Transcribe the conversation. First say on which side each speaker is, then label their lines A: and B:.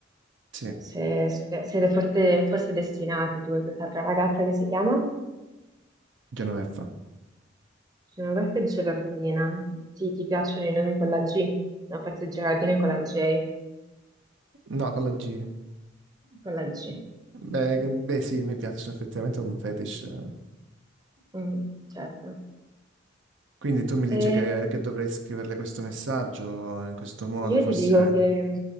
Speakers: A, on the right (about 75°); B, on the right (about 20°).
A: Sì,
B: Se, siete siete forte- forse destinati tu e quest'altra ragazza che si chiama?
A: Genoveffa.
B: Genoveffa e Gerardina. Sì, ti piacciono i nomi con la G? No, forse Gerardina è con la J.
A: No, con la G.
B: Con la G.
A: Beh, beh, sì, mi piacciono effettivamente è un fetish. eh.
B: Mm, certo.
A: Quindi tu mi dici
B: E
A: che, che dovrei scriverle questo messaggio in questo modo,
B: io
A: forse
B: ti dico che mm,